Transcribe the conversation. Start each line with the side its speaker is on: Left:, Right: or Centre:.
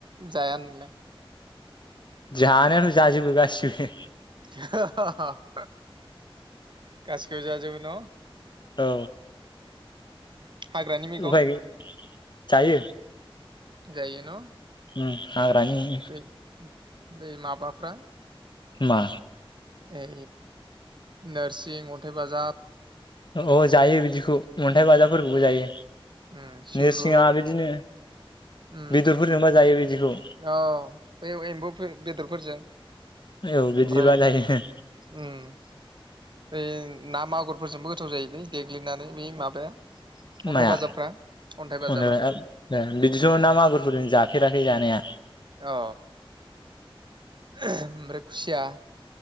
Right: जाया नोंङो
Left: जानायाथ जाजोबो गासिबो
Right: <unintelligible> गासैखौबो जाजोबो न
Left: औ
Right: हाग्रानि मैगं
Left: उफाय गै जायो
Right: जायो न
Left: उम हाग्रा नि
Right: बै बै माबाफ्रा
Left: मा
Right: ए नोरसिं अन्थाइ बाजाब
Left: अ जायो बिदिखौ अन्थाइ बाजाफोरखौबो
Right: उम
Left: जायो
Right: उम सिब्रु
Left: नोरसिङा बिदिनो
Right: उम
Left: बेदरफोरजोंबा जायो बिदिखौ
Right: औ बेयाव एम्बु बेदरफोरजों
Left: औ बिदिबा
Right: ओमफ्राय
Left: जायो
Right: उम- ना मागुरफोरजोंबो गोथाव जायोलै देग्लिनानै बे माबाया अन्थाइ
Left: माया
Right: बाजाबफ्रा अन्थाइ बाजाबा
Left: अ ए बिदिथ'
Right: उम
Left: ना मागुरफोरजों जाखो जाफेराखै जानाया
Right: अ ओमफ्राय खुसिया